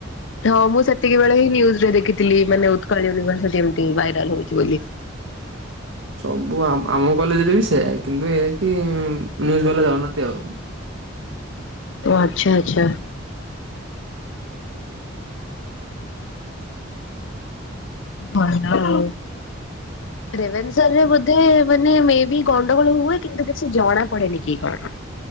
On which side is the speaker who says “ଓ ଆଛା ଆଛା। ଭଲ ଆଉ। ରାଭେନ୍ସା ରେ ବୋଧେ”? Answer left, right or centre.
Left